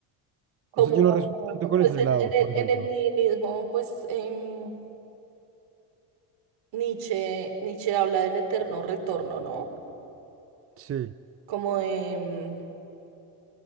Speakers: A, on the right; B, on the right.
A: Como
B: o sea, yo no resuelvo tanto con
A: pues
B: ese
A: en,
B: lado,
A: en el,
B: por ejemplo.
A: en el nihilismo, pues em, Nietzsche, Nietzsche habla del eterno retorno, ¿no?
B: Sí.
A: Como de, em,